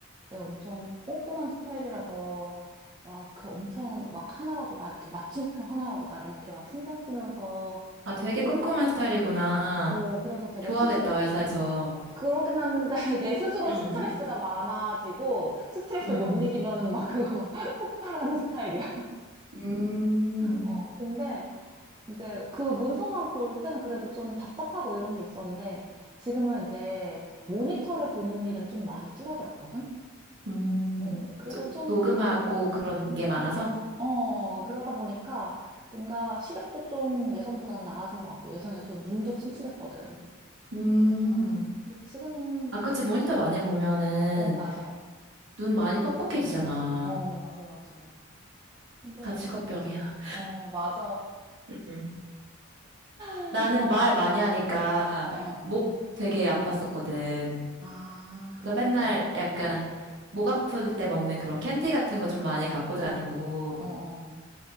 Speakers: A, on the right; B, on the right.
A: 내가 엄청 꼼꼼한 스타일이라서 막 그 엄청 막 하나라도 막 이렇게 마침표 하나라도 막 이렇게 막 신경 쓰면서
B: 아, 되게
A: 예쁘게-
B: 꼼꼼한 스타일이구나.
A: 어, 그래서 되게
B: 좋아하겠다,
A: 스스
B: 회사에서.
A: 그러긴 한데 <laughs> 내 스스로
B: 응,
A: 스트레스가 많아지고 스트레스
B: 응.
A: 못 이기면은 막 그거 막 <laughs> 폭발하는 스타일이야.
B: 음,
A: 어, 근데 이제 그 문서만 볼 때는 그래도 좀 답답하고 이런 게 있었는데 지금은 이제 모니터를 보는 일은 좀 많이 줄어들었거든?
B: 음,
A: 어, 그래서
B: 저-
A: 좀,
B: 녹음하고 그런 게 많아서?
A: 어, 어, 그러다 보니까 뭔가 시력도 좀 예전보다는 나아진 것 같고 예전에 좀 눈도 침침했거든.
B: 음,
A: 네. 어, 근데 지금은,
B: 아, 그치. 모니터 많이 보면은
A: 어, 맞아.
B: 눈 많이 뻑뻑해지잖아.
A: 어, 맞아, 맞아. 근데,
B: 다 직업병이야.
A: 지, 어, 맞아.
B: 음.
A: <laughs>
B: 나는
A: 너,
B: 말 많이
A: 어,
B: 하니까
A: 어, 어.
B: 목 되게 아팠었거든.
A: 아,
B: 그래서
A: 그러겠다.
B: 맨날 약간 목 아플 때 먹는 그런 캔디 같은 거 좀 많이 갖고 다니고,
A: 어, 어.